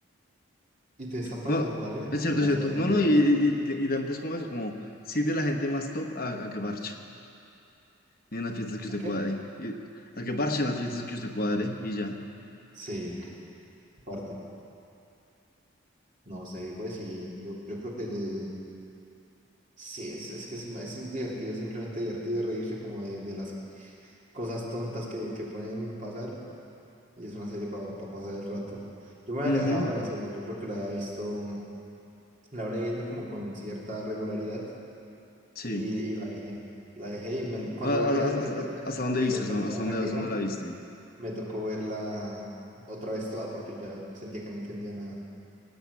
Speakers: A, on the right; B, on the left.
A: Y te están pagando
B: No,
A: probablemente
B: es cierto,
A: demasiado
B: es cierto.
A: bien
B: No,
A: por
B: no,
A: ello.
B: y, y,
A: Eh,
B: y, y también es como eso, como sí de la gente más top a, a que parche. En las fiestas que usted
A: ¿A qué?
B: cuadre. Y- a que parche en las fiestas que usted cuadre y ya.
A: Sí, aparte. No sé, pues sí, yo, yo creo que el- sí, es, es que es, es divertido, simplemente divertido reírse como de, de las cosas tontas que, que pueden pasar. Y es una serie para pasar el rato. Yo me había
B: Ujú,
A: alejado de la serie, yo creo que la había visto, la habré viendo como con cierta regularidad
B: Sí.
A: y, y la dejé. La dejé y me- cuando
B: A- a-
A: volví a
B: a-
A: intentar
B: a-
A: verla
B: ¿Hasta
A: en
B: dónde
A: la tercera
B: viste? ¿Hasta
A: temporada
B: hasta
A: en
B: dónde,
A: la que
B: hasta
A: iba,
B: dónde la viste?
A: me tocó verla otra vez toda porque ya sentía que no entendía nada.